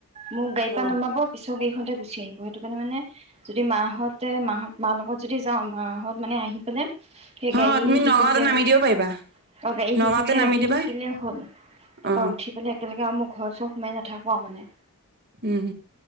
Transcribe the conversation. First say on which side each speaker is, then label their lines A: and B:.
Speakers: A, on the right (about 30°); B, on the right (about 45°).
A: মোক গাড়ী
B: অ
A: পৰা নমাব পিছ চব এইখনতে গুচিআহিব সেইটোকাৰণে মানে যদি মা হ'ত তে মাহ'ত মাৰ লগত যদি যাওঁ মাহ'ত মানে আহি পেলাই সেই
B: হ
A: গাড়ী
B: তুমি
A: সেইখিনিতে
B: নগাঁওতে
A: ৰখি
B: নামি দিব পাৰিবা
A: আৰু গাড়ী সেইখিনিতে
B: নগাঁওতে নামি
A: ৰাখি
B: দিবা
A: থাকিলে হ'ল। তাৰপা
B: অ
A: উঠি পেলাই একেলগে অৰু মোক <unintelligible> ঘৰ চৰ সোমাই নাথাকো আও মানে।
B: উম